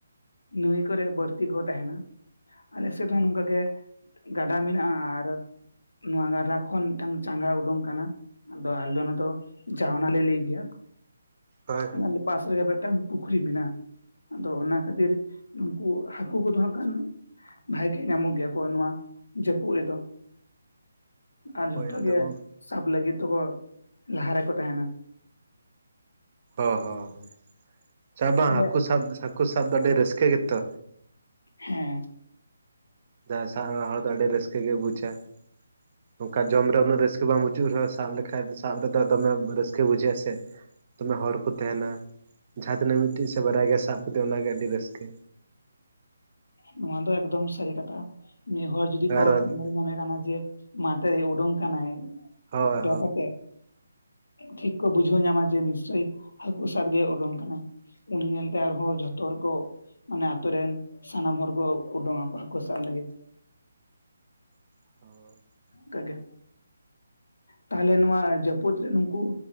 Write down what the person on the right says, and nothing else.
ᱦᱳᱭ ᱦᱳᱭ
ᱦᱳᱭ ᱟᱫᱚ
ᱵᱟᱝ
ᱚ ᱦᱚᱸ ᱪᱟ ᱵᱟᱝ
ᱦᱟᱹᱠᱩ ᱥᱟᱵ ᱦᱟᱹᱠᱩ ᱥᱟᱵ ᱫᱚ ᱟᱹᱰᱤ ᱨᱟᱹᱥᱠᱟᱹ ᱜᱮᱛᱚ
ᱡᱟᱦᱟᱸ ᱥᱟᱵ ᱦᱚᱲ ᱫᱚ ᱟᱹᱰᱤ ᱨᱟᱹᱥᱠᱟᱹ ᱜᱮ ᱵᱩᱡᱟ
ᱱᱚᱝᱠᱟ ᱡᱚᱢᱨᱮ ᱩᱱᱟᱹᱜ ᱨᱟᱹᱥᱠᱟᱹ ᱵᱟ ᱵᱩᱡᱩᱜ ᱨᱮᱦᱚᱸ ᱥᱟᱵ ᱞᱮᱠᱷᱟᱱᱡ ᱥᱟᱵ ᱨᱮᱫᱚ ᱫᱚᱠᱢᱮ ᱨᱟᱹᱥᱠᱟᱹ ᱵᱩᱡᱷᱟᱹᱜᱼᱟ ᱥᱮ ᱫᱚᱢᱮ ᱦᱚᱲ ᱠᱚ ᱛᱟᱦᱮᱱᱟ ᱡᱟᱦᱟᱸ ᱛᱤᱱᱟᱹᱜ ᱢᱤᱫᱴᱤᱡ ᱥᱮ ᱵᱟᱨᱟᱭ ᱜᱮ ᱥᱟᱵ ᱠᱮᱫᱮᱭᱟ ᱚᱱᱟᱜᱮ ᱟᱹᱰᱤ ᱨᱟᱹᱥᱠᱟᱹ
ᱟᱨ
ᱦᱳᱭ
ᱦᱳᱭ
ᱦ